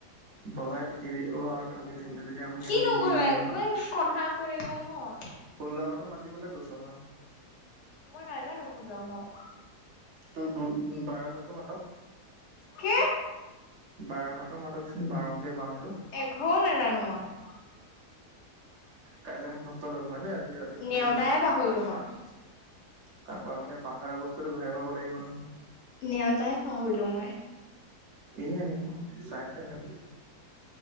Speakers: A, on the right; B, on the left.
A: ববাই পৃথিৱীত পঢ়োৱাৰ অৰ্থ কি থাকিলে যদি। আপুনি
B: কিনোগ'লা
A: আকৌ নিশিকিলে
B: একো কথা কৈ থাকে নহয়।
A: ষোশতো মাতিবলৈ গৈছোঁ মই।
B: মই নাজা শোলৰ ঘৰত
A: তোৰ দু বাৰ ঘৰটো মাতক।
B: কি
A: বাৰ ঘৰৰতৰ মাতকচোন বাৰংগীয়া বাৰংটো
B: এঘৰ নাজানো মই।
A: কাইলৈ মই মূখস্থ লম মই দেই আজি ৰাতি
B: নেওতাইে
A: পঢ়িব
B: পাহৰিলোঁ মই।
A: তাৰ পৰাৰা আপুনি পাহাৰ বস্তুতটো ঘূৰাই পাব লাগিব নহয়।
B: নেওতাই পাহৰিলো মই
A: এনে আনিম চাই চাই কেনে।